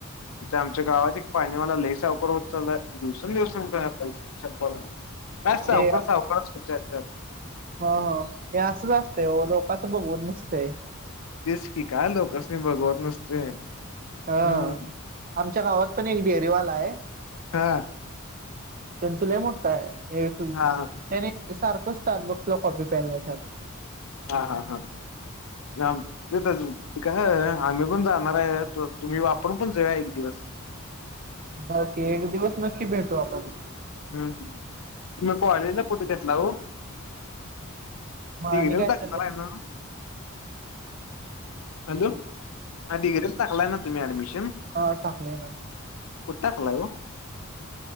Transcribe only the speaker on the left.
इथ आमच्या गावात एक पाणी वाला लय सावकार होत चाललाय. दिवस दिवस काै का सावकर
सावकारच होत आहे त्यात
तेच की काय लोकांनी बघवत नसते
हम्म
हा
हा
हा हा हा नाय आमचं तिथं जाऊ ते कसं हाय आम्ही पण जाणार आहे तुम्ही आपण पण जाऊया एक दिवस
तुम्ही कॉलेजला कुठे घेतलाय ओ
डिग्रीला
टाकणार आहे नव्ह हॅलो हा डिग्रीला टाकलाय ना तुम्ही ऍडमिशन
कुठ टाकलाय ओ